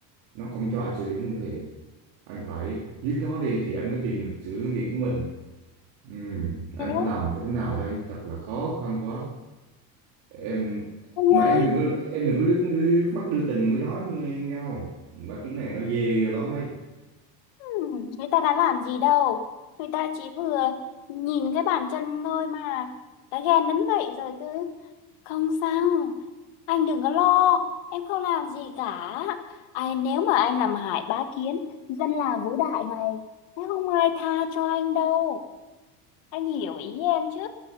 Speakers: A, on the right (about 70°); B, on the left (about 60°).
A: nó không cho anh xử lý lương thiện anh phải giết nó đi thì anh mới tìm được sự lương thiện của mình Ừ, anh
B: Nếu
A: phải làm cái thế nào đây thật là khó khăn quá em
B: anh
A: mà
B: ơi
A: em đừng có em đừng có liếc, liếc mắt đưa tình mới nói nghe nhau bác tiếng này nó ghê lắm ấy
B: Ừ, người ta đã làm gì đâu người ta chỉ vừa nhìn cái bàn chân thôi mà đã ghen đến vậy rồi cứ không sao anh đừng có lo em không làm gì cả ai nếu mà anh làm hại bá kiến dân làng Vũ Đại này sẽ không ai tha cho anh đâu anh hiểu ý em chứ